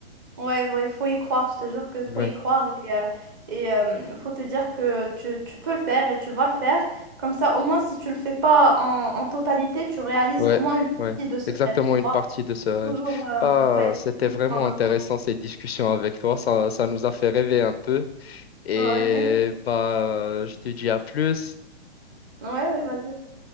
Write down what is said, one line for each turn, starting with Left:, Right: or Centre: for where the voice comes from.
Right: Ouais, ouais, il faut y croire, je te jure qu'il faut
Left: Ouais.
Right: y croire. Et euh, et, euh, faut te dire que tu, tu peux le faire et tu vas le faire. Comme ça, au moins, si tu le fais pas en, en totalité, tu réalises
Left: Ouais,
Right: au moins une partie
Left: ouais,
Right: de ce
Left: exactement
Right: rêve, tu
Left: une
Right: vois.
Left: partie de ce rêve.
Right: Toujours,
Left: Bah,
Right: euh, ouais, il faut
Left: c'était vraiment
Right: y croire
Left: intéressant
Right: loin.
Left: ces discussions avec toi. Ça, ça nous a fait rêver un peu. Et
Right: Ouais. <laughs>
Left: bah, je te dis à plus.
Right: Ouais, ouais, vas-y,